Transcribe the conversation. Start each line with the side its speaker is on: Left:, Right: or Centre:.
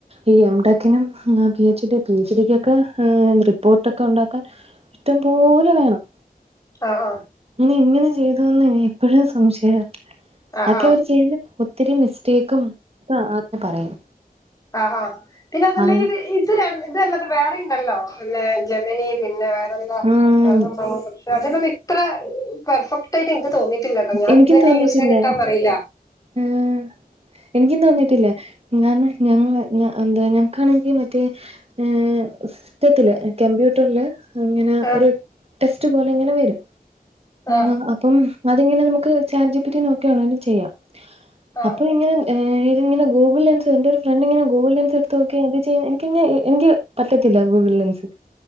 Right: ഈ എം ടെക്കിനും P H D P G ഡിക്ക്ക്കെ റിപ്പോർട്ട്ടൊക്കെ ഉണ്ടാക്കാൻ. ഇറ്റം പോലെ വേണം.
Left: ആഹ് ആഹ്
Right: ഇ ഇങ്ങനെ ചെയ്തുന്ന് എപ്പോഴും സംശയ.
Left: ആഹ്
Right: അക്കെ
Left: ആഹ്
Right: അവര് ചെയ് ഒത്തിരി മിസ്റ്റേക്കും ആദ്യം പറയും.
Left: ആഹ് ആ ഹ് പിന്നെ അതല്ല
Right: അങ്ങ
Left: ഇത്. ഇത് ര ല്ലത് വേറെ ഉണ്ടല്ലോ പിന്നെ ജമനി പിന്നെ വേറെ. <unintelligible>
Right: ആഹ്
Left: അതിനൊന്നും ഇത്ര പെർഫെക്ട് ആയിട്ട് ഇൻക്ക് തോന്നി ട്ടില്ലട്ടോ ഞാൻ
Right: എനിക്കും
Left: ഇതന്നെ
Right: തോന്നിട്ടില്ല
Left: യൂസ് ചെയ്തിട്ടാന്ന അറിയില്ല
Right: ആഹ് എനിക്ക് തോന്നിട്ടില്ലേ ഞാൻ ഞങ്ങ എന്താ ഞങ്ങക്കാണെങ്കിൽ മറ്റേ ഏ സിറ്റത്തില് കമ്പ്യൂട്ടറില് അങ്ങനെ
Left: ആഹ്
Right: ഒരു ടെസ്റ്റ് പോലെ ഇങ്ങനെ വരും
Left: ആഹ്
Right: ങ് അപ്പം അതിങ്ങനെ നമുക്ക് ചാറ്റ് ജിപ്പിട്ടി നോക്കിയണെലും ചെയ്യാം
Left: ആഹ്
Right: അപ്പൊ ഇങ്ങനെ ഏ് ഇങ്ങനെ ഗുഗിൾ ലെൻസ് എന്റെര് ഫ്രണ്ട്ങ്ങനെ ഗുഗിൾ ലെൻസ് എടുത്ത് നോക്കി അത് ചെയ്യാ എനിക്കങ്ങ എനിക്ക് പറ്റത്തില്ല ഗൂഗിൾ ലൻസ്